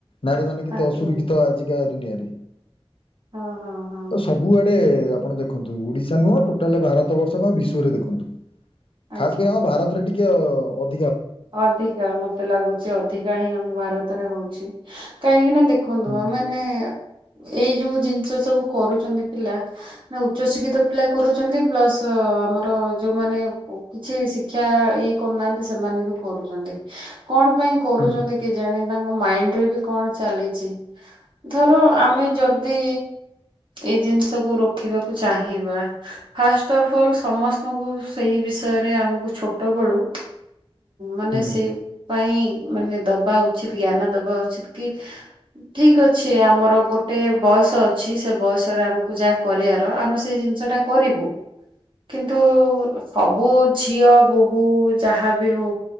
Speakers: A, on the left; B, on the right.
A: ନାରୀ ମାନେ କେତେ
B: ଆଜ୍ଞା।
A: ଅସୁରକ୍ଷିତ ଆଜିକା ଦୁନିଆରେ
B: ହଁ ହଁ ହଁ
A: ତ
B: ହଁ
A: ସବୁ ଆପଣ ଦେଖନ୍ତୁ ଓଡିଶା ନୁହଁ ଟୋଟାଲ ଭାରତ ବର୍ଷ କଣ ବିଶ୍ଵରେ ଦେଖନ୍ତୁ
B: ଆଜ୍ଞା।
A: ଖାସ କରି ଆମ ଭାରତରେ ଟିକେ ଅ
B: ଅଧିକା ମତେ ଲାଗୁଛି ଅଧିକା ହିଁ ଆମ ଭାରତରେ ହଉଛି କାହିଁକି ନା କଣ୍ଡୁଆ
A: ହୁଁ
B: ମାନେ, ଏଇ ଯୋଉ ଜିନିଷ ସବୁ କରୁଛନ୍ତି ପିଲା ନା ଉଚ୍ଚଶିକ୍ଷିତ ପିଲା କରୁଛନ୍ତି ପ୍ଲସ ଆମର ଯୋଉମାନେ କିଛି ଶିକ୍ଷା ଇଏ କରୁନାହାନ୍ତି ସେମାନେ ବି କରୁଛନ୍ତି କଣ ପାଇଁ କରୁଛନ୍ତି
A: ହୁଁ
B: କି ଜାଣି ତାଙ୍କ ମାଇଣ୍ଡ ରେ ବି କଣ ଚାଲିଛି ଧର ଆମେ ଯଦି ଏଇ ଜିନିଷକୁୁ ରୋକିବାକୁ ଚାହିଁବା ଫାଷ୍ଟ ଅଫ ଅଲ୍ ସମସ୍ତଙ୍କୁ ସେଇ ବିଷ ବିଷୟରେ ଆମକୁ ଛୋଟବେଳୁ ମାନେ
A: ହୁଁ।
B: ସେଇ ପାଇଁ ମାନେ ଦବା ଉଚିତ ଜ୍ଞାନ ଦବା ଉଚିତ କି ଠିକ ଅଛି ଆମର ଗୋଟେ ବୟ ବୟସ ଅଛି ସେ ବୟସରେ ଆମକୁ ଯାହା କରିବାର ଆମେ ସେଇ ଜିନିଷ ଟା କରିବୁ। କିନ୍ତୁ ସବୁ ଝିଅ ବୋହୂ ଯାହା ବି ହଉ